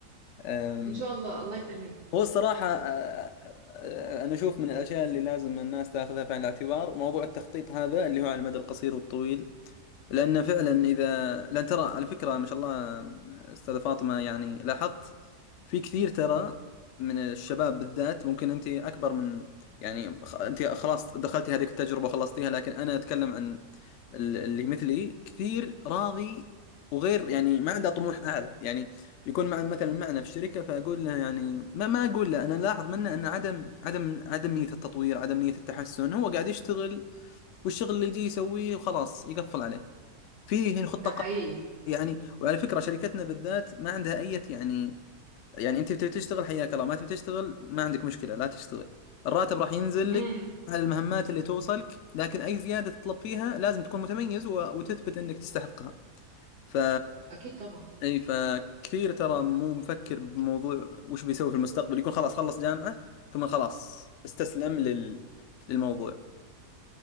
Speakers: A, on the left; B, on the right.
A: أم،
B: ان شاء الله الله يخليك
A: هو الصراحة آه، آه، آه، أنا أشوف من الأشياء اللي لازم الناس تأخذها في عين الاعتبار موضوع التخطيط هذا اللي هو على المدى القصير والطويل لأن فعلا إذا لأن ترى على فكرة ما شاء الله أستاذة فاطمة يعني لاحظت في كثير ترى من الشباب بالذات ممكن أنت أكبر من يعني خ- أنت خلاص دخلتي هذه التجربة وخلصتيها لكن أنا أتكلم عن ال- اللي مثلي كثير راضي وغير يعني ما عنده طموح أعلى يعني يكون مع مثلا معنا في الشركة فأقول له يعني ما ما أقول له أنا لاحظ منه أن عدم عدم عدم نية التطوير عدم نية التحسن هو قاعد يشتغل والشغل اللي يجي يسويه وخلاص يقفل عليه فيه هنا خطة
B: ده حقيقي
A: قا- يعني وعلى فكرة شركتنا بالذات ما عندها أي يعني يعني أنت بتبي تشتغل حياك الله ما تبي تشتغل ما عندك مشكلة لا تشتغل الراتب راح ينزل
B: امم
A: لك على المهمات اللي توصلك لكن أي زيادة تطلب فيها لازم تكون متميز و... وتثبت أنك تستحقها ف
B: اكيد طبعا
A: أي فكثير ترى مو مفكر بموضوع وش بيسوي في المستقبل يكون خلاص خلص جامعة ثم خلاص استسلم لل... للموضوع